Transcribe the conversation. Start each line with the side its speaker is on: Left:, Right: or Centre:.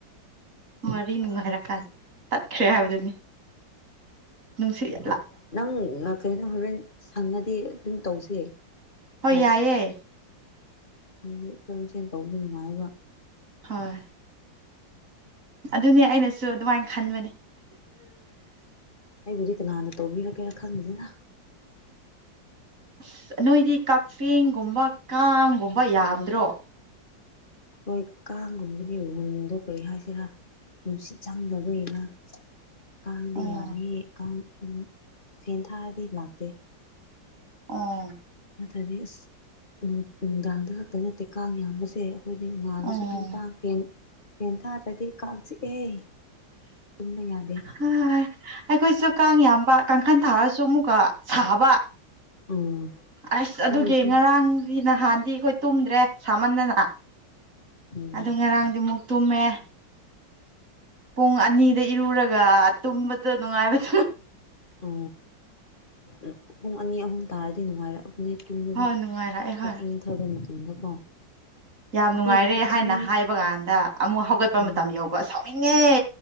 Right: ꯋꯥꯔꯤ ꯅꯨꯡꯉꯥꯏꯔꯀꯥꯟꯗ ꯇꯠꯈ꯭ꯔꯦ ꯍꯥꯏꯕꯗꯨꯅꯤ ꯁꯤꯔꯤ
Left: ꯅꯪ ꯀꯩꯅꯣ ꯍꯣꯔꯦꯟ ꯁꯪꯉꯗꯤ ꯑꯗꯨꯝ ꯇꯧꯁꯦ
Right: ꯍꯣꯏ
Left: ꯀꯣ
Right: ꯌꯥꯏꯑꯦ
Left: ꯑꯗꯨꯗꯤ ꯑꯩꯈꯣꯏ ꯃꯁꯦꯟ ꯇꯧꯕꯗ ꯅꯨꯡꯉꯥꯏꯕ
Right: ꯍꯣꯏ ꯑꯗꯨꯅꯦ ꯑꯩꯅꯁꯨ ꯑꯗꯨꯃꯥꯏꯅ ꯈꯟꯕꯅꯦ
Left: ꯑꯩꯕꯨꯗꯤ ꯀꯅꯥꯅ ꯇꯧꯕꯤꯔꯒꯦꯅ ꯈꯟꯕꯅꯤꯅ
Right: ꯑꯁ ꯅꯣꯏꯗꯤ ꯀꯛꯆꯤꯡꯒꯨꯝꯕ ꯀꯥꯡꯒꯨꯝꯕ ꯌꯥꯝꯗ꯭ꯔꯣ
Left: ꯍꯣꯏ ꯀꯥꯡꯒꯨꯝꯕꯅꯦꯕꯒꯨꯝꯗꯣ ꯀꯔꯤ ꯍꯥꯏꯁꯤꯔꯥ ꯅꯨꯡꯁꯤꯠ ꯆꯪꯗꯕꯅ ꯀꯥꯡꯗꯤ
Right: ꯑꯣ
Left: ꯌꯥꯝꯃꯦ ꯀꯥꯡ ꯑꯗꯨꯝ ꯐꯦꯟ ꯊꯥꯔꯗꯤ ꯂꯥꯛꯇꯦ
Right: ꯑꯣ
Left: ꯅꯠꯇ꯭ꯔꯗꯤ ꯑꯁ ꯅꯨꯡꯗꯥꯡꯗ ꯉꯇ ꯅꯠꯇꯦ ꯀꯥꯡ ꯌꯥꯝꯕꯁꯦ ꯑꯩꯈꯣꯏꯗꯤ ꯉꯥꯗꯁꯨ
Right: ꯑꯣ
Left: ꯑꯗꯨꯝ ꯀ ꯐꯦꯟ ꯐꯦꯟ ꯊꯥꯗ꯭ꯔꯗꯤ ꯀ ꯆꯤꯛꯑꯦ ꯇꯃ ꯌꯥꯗꯦ
Right: ꯍꯥꯏ ꯑꯩꯈꯣꯏꯁꯨ ꯀꯥꯡ ꯌꯥꯝꯕ ꯀꯥꯡꯈꯜ ꯊꯥꯔꯁꯨ ꯑꯃꯨꯛꯀ ꯁꯥꯕ
Left: ꯎꯝ
Right: ꯑꯁ ꯑꯗꯨꯒꯤ
Left: ꯃꯣꯏꯒꯤꯁꯨ
Right: ꯉꯔꯥꯡꯒꯤꯅ ꯅꯍꯥꯟꯗꯤ ꯑꯩꯈꯣꯏ ꯇꯨꯝꯗ꯭ꯔꯦ ꯁꯥꯃꯟꯗꯅ
Left: ꯎꯝ
Right: ꯑꯗꯨ ꯉꯔꯥꯡꯗꯤ ꯃꯨꯛ ꯇꯨꯝꯃꯦ ꯄꯨꯡ ꯑꯅꯤꯗ ꯏꯔꯨꯔꯒ ꯇꯨꯝꯕꯗꯣ ꯅꯨꯡꯉꯥꯏꯕꯗꯨ
Left: ꯎ ꯎ ꯄꯨꯡ ꯑꯅꯤ ꯑꯍꯨꯝ ꯇꯥꯔꯗꯤ ꯅꯨꯡꯉꯥꯏꯔꯦ ꯃꯇꯨꯡꯗ
Right: ꯍꯣꯏ ꯅꯨꯡꯉꯥꯏꯔꯛꯑꯦ
Left: ꯈꯔ
Right: ꯍꯣꯏ
Left: ꯏꯪꯊꯕ ꯃꯇꯝꯗꯀꯣ
Right: ꯌꯥꯝ
Left: ꯑꯩꯈꯣꯏꯒꯤ
Right: ꯅꯨꯡꯉꯥꯏꯔꯦ
Left: ꯀꯥꯡꯈꯟ
Right: ꯍꯥꯏꯅ ꯍꯥꯏꯕ ꯀꯥꯟꯗ ꯑꯃꯨꯛ ꯍꯧꯒꯠꯄ
Left: ꯎꯝ
Right: ꯃꯇꯝ ꯌꯧꯕ ꯁꯥꯎꯅꯤꯡꯉꯦ